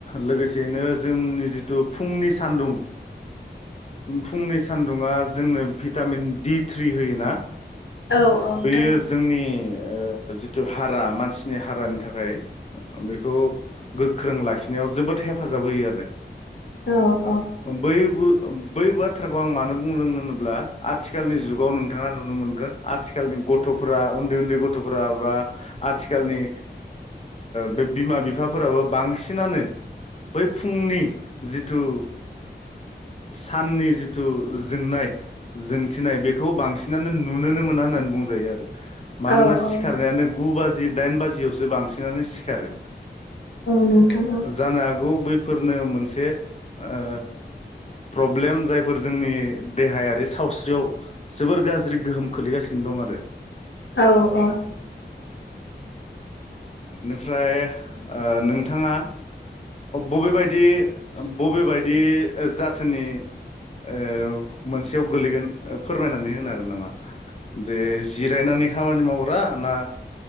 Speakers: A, on the left (about 40°); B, on the left (about 85°).
A: लोगोसे बेनो जोंनि जिथु फुंनि सानदुं फुंनि सान्दुङा जोंनो भिटामिन डि थ्रि होयो ना?
B: औ औ नोंथां
A: बेयो जोंनि ओ जिथु हारा मानसिनि हारानि थाखाय बेखौ गोख्रों लाखिनायाव जोबोद हेफाजाब होयो आरो
B: औ औ
A: बैयबो बै बाथ्राखौ आं मानो बुंदों होनोब्ला आथिखालनि जुगाव नोंथाङा नुनो मोनगोन आथिखालनि गथ'फोरा उन्दै उन्दै गथ'फोरा बा आथिखालनि बे ओ बिमा बिफाफोराबो बांसिनानो बै फुंनि जिथु साननि जिथु जोंनाय जोंथिनाय बेखौ बांसिनानो नुुनोनो मोना होननानै बुंजा जायो आरो। मानोना
B: औ औ
A: सिखारनायानो गु बाजि दाइन बाजि जिआवसो बांसिनानो सिखारो।
B: नोंथां औ
A: जानो हागौ बैफोरनो मोनसे ओ प्रब्लेम जायफोर जोंनि देहाया सावस्रियाव जोबोर गाज्रि गोहोम खोलैगासिनो दं आरो
B: औ औ
A: इनिफ्राय ओ नोंथाङा बबेबायदि बबेबायदि जाथिनि ओ मोनसेयाव गोलैगोन फोरमायनानै होनो हागोन नामा? जे जिरायनानै खामानि मावग्रा ना